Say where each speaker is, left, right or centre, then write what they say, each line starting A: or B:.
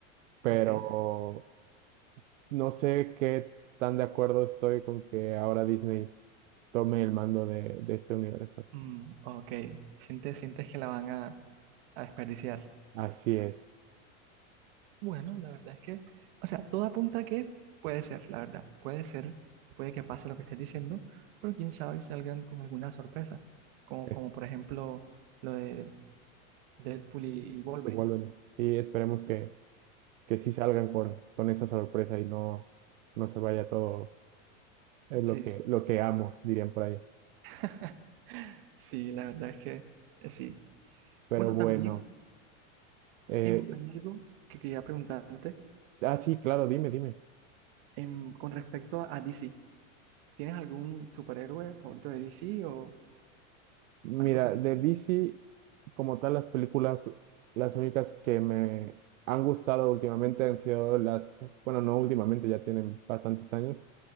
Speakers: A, on the right; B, on the right.
A: pero
B: ok.
A: no sé qué tan de acuerdo estoy con que ahora Disney tome el mando de, de este universo.
B: Mm, ok. ¿Sientes, sientes que la van a, a desperdiciar?
A: Así es,
B: Bueno, la verdad es que, o sea, todo apunta a que puede ser, la verdad. Puede ser, puede que pase lo que estés diciendo, pero quién sabe si salgan con alguna sorpresa. Como,
A: es
B: como por ejemplo lo de Deadpool y Wolverine.
A: igual Wolverine. Y esperemos
B: Exacto.
A: que, que sí salgan con, con esa sorpresa y no, no se vaya todo, es
B: Sí,
A: lo que,
B: sí.
A: lo que amo, dirían por ahí.
B: <laughs> Sí, la verdad es que eh, sí.
A: Pero
B: Bueno,
A: bueno,
B: también
A: eh,
B: em, hay algo que quería preguntarte
A: ah, sí, claro, dime, dime.
B: em, con respecto a, a DC. ¿Tienes algún superhéroe favorito de DC o
A: Mira,
B: algo por el
A: de
B: estilo?
A: DC, como tal, las películas, las únicas que me han gustado últimamente han sido las, bueno, no últimamente, ya tienen bastantes años,